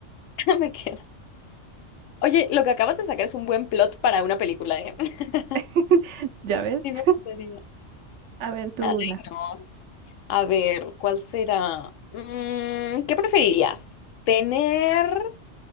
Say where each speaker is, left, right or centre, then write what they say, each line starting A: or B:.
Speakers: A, on the left (about 90°); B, on the right (about 70°).
A: <laughs> Me queda. Oye, lo que acabas de sacar es un buen plot para una película, ¿eh? <laughs>
B: <laughs> ¿Ya ves?
A: Sí me gustaría.
B: A ver, tú
A: Ay,
B: una.
A: no. A ver, ¿cuál será? Mm, ¿qué preferirías? Tener,